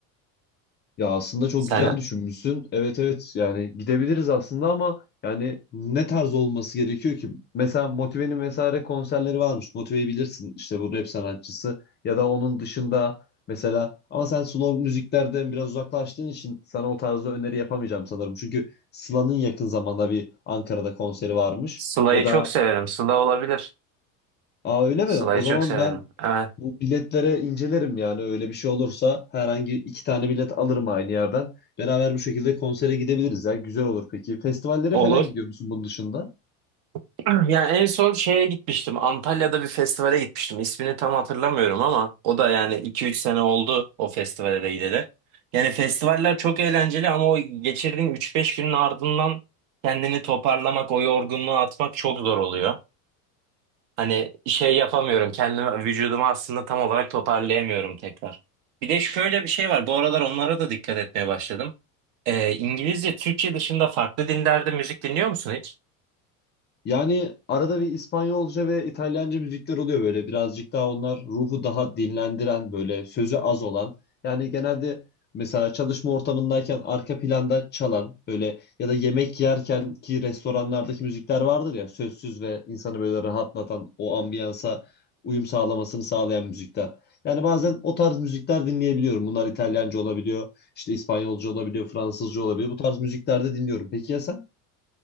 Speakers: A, on the left; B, on the right.
A: Ya aslında çok
B: Sen
A: güzel düşünmüşsün. Evet evet yani gidebiliriz aslında ama yani ne tarz olması gerekiyor ki? Mesela Motive'nin vesaire konserleri varmış. Motive'yi bilirsin işte bu rap sanatçısı ya da onun dışında mesela ama sen slow müziklerden biraz uzaklaştığın için sana o tarzda öneri yapamayacağım sanırım. Çünkü Sıla'nın yakın zamanda bir Ankara'da konseri varmış.
B: Sıla'yı
A: Ya da
B: çok severim. Sıla olabilir.
A: Aa öyle
B: Sıla'yı
A: mi? O zaman
B: çok severim.
A: ben
B: Evet.
A: bu biletlere incelerim yani öyle bir şey olursa herhangi iki tane bilet alırım aynı yerden. Beraber bu şekilde konsere gidebiliriz ya. Güzel olur peki. Festivallere
B: Olur.
A: falan gidiyor musun bunun dışında?
B: <clears throat> Yani en son şeye gitmiştim. Antalya'da bir festivale gitmiştim. İsmini tam hatırlamıyorum ama o da yani iki üç sene oldu o festivale de gideli. Yani festivaller çok eğlenceli ama o geçirdiğin üç beş günün ardından kendini toparlamak, o yorgunluğu atmak çok zor oluyor. Hani şey yapamıyorum. Kendimi, vücudumu aslında tam olarak toparlayamıyorum tekrar. Bir de şöyle bir şey var. Bu aralar onlara da dikkat etmeye başladım. Ee, İngilizce, Türkçe dışında farklı dinlerde müzik dinliyor musun hiç?
A: Yani arada bir İspanyolca ve İtalyanca müzikler oluyor böyle birazcık daha onlar ruhu daha dinlendiren böyle sözü az olan. Yani genelde mesela çalışma ortamındayken arka planda çalan böyle ya da yemek yerken ki restoranlardaki müzikler vardır ya sözsüz ve insanı böyle rahatlatan o ambiyansa uyum sağlamasını sağlayan müzikler. Yani bazen o tarz müzikler dinleyebiliyorum. Bunlar İtalyanca olabiliyor, işte İspanyolca olabiliyor, Fransızca olabiliyor. Bu tarz müzikler de dinliyorum. Peki ya sen?